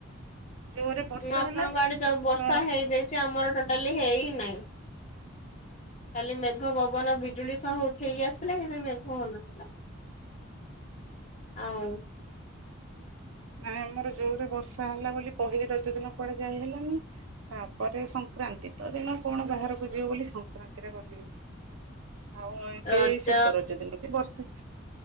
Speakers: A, on the right; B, on the left.
A: ଜୋରରେ
B: <inaudible>
A: ବର୍ଷା
B: ଆପଣଙ୍କ
A: ହେଲା
B: ଆଡେ ଯୋଉ ବର୍ଷା
A: ତ
B: ହେଇଯାଇଛି ଆମର ଟୋଟାଲି ହେଇ ନାଇଁ ଖାଲି ମେଘ ପବନ ବି ବର୍ଷା ଉଠେଇକି ଆସିଲାଣି ନା ନାହିଁ କଣ ଆଉ
A: ନାଇଁ ଆମର ଯୋରରେ ବର୍ଷା ହେଲା ବୋଲି ପହିଲି ରଜ ଦିନ କୁଆଡେ ଯାଇ ହେଲାନି ତାପରେ ସଂକ୍ରାନ୍ତି ତ ଦିନ କଣ ବାହାରକୁ ଯିବ ବୋଲି ସଂକ୍ରାନ୍ତିରେ ଗଲିନି। ଆଉ ଏବେ
B: ରଜ
A: ଶେଷ ରଜ ଦିନ ବି ବର୍ଷା।